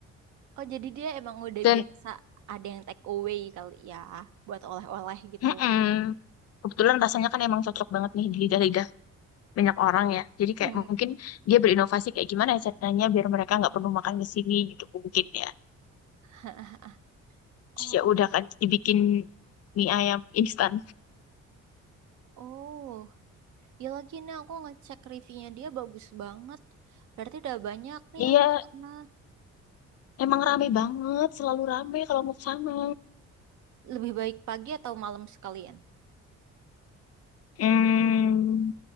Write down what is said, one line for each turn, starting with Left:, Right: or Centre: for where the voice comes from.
Right: Oh jadi dia emang udah
Left: Dan
Right: biasa ada yang take away kali ya buat oleh-oleh gitu.
Left: mm-mm, kebetulan rasanya kan emang cocok banget nih di lidah-lidah banyak orang ya. Jadi kayak
Right: Hmm.
Left: mungkin dia berinovasi kayak gimana ya caranya biar mereka nggak perlu makan ke sini gitu mungkin ya.
Right: <laughs>
Left: Terus
Right: Oh,
Left: ya udah kan dibikin mie ayam instan.
Right: oh, ya lagi nih aku ngecek reviewnya dia bagus banget. Berarti udah banyak nih
Left: Iya,
Right: yang kesana.
Left: emang rame banget, selalu rame kalau mau ke sana.
Right: Lebih baik pagi atau malam sekalian?
Left: Hmm,